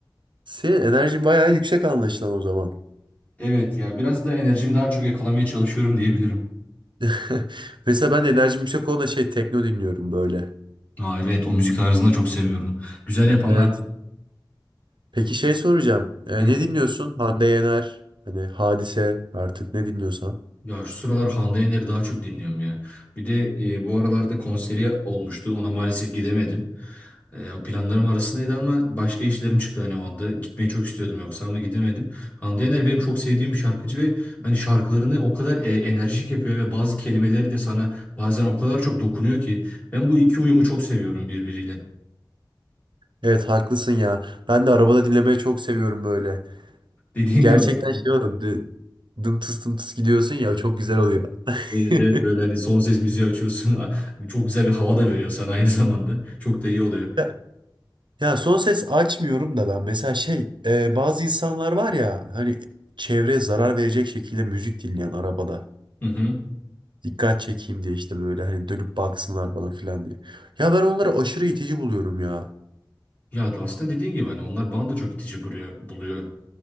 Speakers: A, on the right; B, on the left.
A: Senin enerjin bayağı yüksek anlaşılan o zaman.
B: Evet ya biraz da enerjimi daha çok yakalamaya çalışıyorum diyebilirim.
A: <laughs> Mesela ben de enerjim yüksek olan şey tekno dinliyorum böyle.
B: Aa, evet o müzik tarzını da çok seviyorum. Güzel yapanlar.
A: Evet. Peki şey soracağım. E,
B: Hı.
A: ne dinliyorsun? Hande Yener, hani Hadise artık ne dinliyorsan.
B: Ya şu sıralar Hande Yener'i daha çok dinliyorum ya. Bir de e, bu aralarda konseri olmuştu. Ona maalesef gidemedim. E, o planlarım arasındaydı ama başka işlerim çıktı hani o anda. Gitmeyi çok istiyordum yoksa ama gidemedim. Hande Yener benim çok sevdiğim bir şarkıcı ve hani şarkılarını o kadar e, enerjik yapıyor ve bazı kelimeleri de sana bazen o kadar çok dokunuyor ki. Ben bu iki uyumu çok seviyorum birbiriyle.
A: Evet haklısın ya. Ben de arabada dinlemeyi çok seviyorum böyle.
B: Dediğin
A: Gerçekten
B: gibi aslında.
A: şey oluyor. dı- Dım tıs dım tıs gidiyorsun ya çok güzel oluyor. <laughs>
B: Evet evet böyle hani son ses müziği açıyorsun. <laughs> Çok güzel bir hava da veriyor sana aynı <laughs> zamanda. Çok da iyi oluyor.
A: Ya, ya son ses açmıyorum da ben mesela şey e, bazı insanlar var ya hani çevreye zarar verecek şekilde müzik dinleyen arabada.
B: Hı hı.
A: Dikkat çekeyim diye işte böyle hani dönüp baksınlar bana falan diye. Ya ben onları aşırı itici buluyorum ya.
B: Ya aslında dediğin gibi hani onlar bana da çok itici buluyor. buluyor.